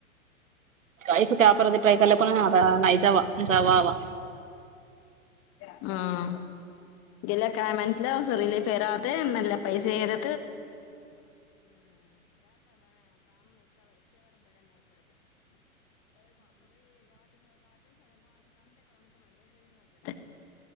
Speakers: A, on the right (about 65°); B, on the left (about 35°).
A: काही कुठ? अपराधी ट्राय करलं, पण आ नाही जावा जावा वा.
B: हं. गेल्या काय म्हटलं. सुरिली फेराहते. मला पैसे येत <unintelligible> <unintelligible> <unintelligible>